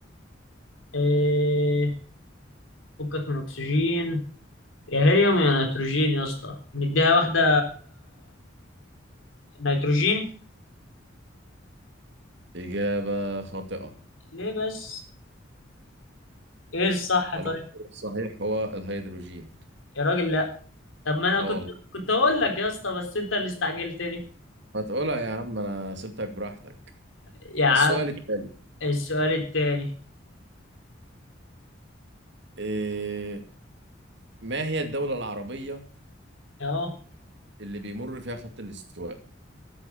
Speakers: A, on the left; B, on the right.
A: إيه فكك من أكسجين يا هيليوم يا نيتروجين يا اسطى نديها واحدة نيتروجين
B: إجابة خاطئة
A: ليه بس ايه الصح طيب
B: العنصر الصحيح هو الهيدروجين
A: يا راجل لا طب ما انا
B: اه
A: كنت
B: والله
A: كنت هقول لك يا اسطى بس انت اللي استعجلتني
B: ما تقولها يا عم أنا سبتك براحتك
A: يا عم
B: السؤال التالي
A: السؤال التاني
B: إيه ما هي الدولة العربية
A: اهو
B: اللي بيمر فيها خط الاستواء